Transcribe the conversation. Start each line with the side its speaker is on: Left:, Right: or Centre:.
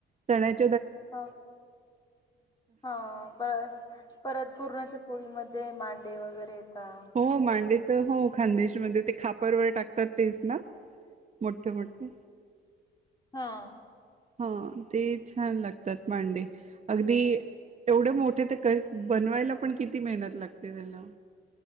Right: चण्याची
Left: हा हा बरं परत पुरणाच्या पोळीमध्ये मांडे वगैरे येतात.
Right: हो मांडीत तर हो खानदेशमध्ये ते खापरवर टाकतात तेच ना, मोठे मोठे
Left: हा.
Right: हा ते छान लागतात मांडे. अगदी एवढे मोठे ते बनवायला पण किती मेहनत लागते त्याला